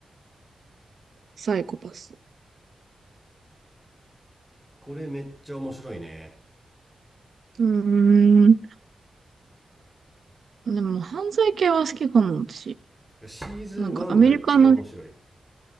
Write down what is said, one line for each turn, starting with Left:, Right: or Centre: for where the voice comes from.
Right: サイコパス。
Centre: これめっちゃ面白いね
Right: うーん。でも、犯罪系は好きかも、私。
Centre: シーズン1が一番面白い
Right: なんか、アメリカの、